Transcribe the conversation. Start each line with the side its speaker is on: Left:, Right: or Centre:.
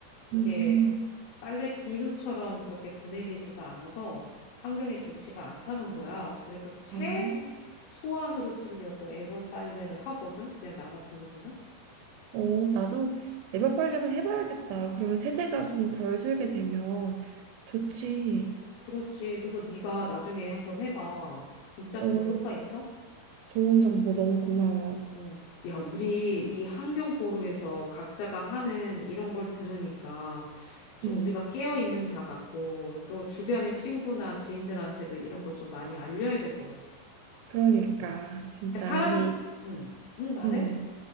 Left: 그게
Right: 음.
Left: 빨래 비누처럼 그렇게 분해되지가 않아서 환경에 좋지가 않다는 거야. 그래서 최소한으로
Right: 어.
Left: 쓰려고 애벌 빨래를 하거든. 그냥 나 같은 경우는.
Right: 어, 나도 에버팔레만 해봐야겠다. 그러면 세제가 좀 덜 들게 되면 좋지.
Left: 그렇지. 그렇지. 그래서 네가 나중에 한번 해봐. 진짜
Right: 어,
Left: 그거 효과 있다?
Right: 좋은 정보 너무 고마워.
Left: 어. 야, 우리 이 환경 보루에서 각자가 하는 이런 걸 들으니까 좀
Right: 음,
Left: 우리가 깨어 있는 자 같고 또 주변의 친구나 지인들한테도 이런 걸 좀 많이 알려야 될 것 같아.
Right: 그러니까 진짜
Left: 사람,
Right: 우리
Left: 응, 응, 말해?
Right: 음,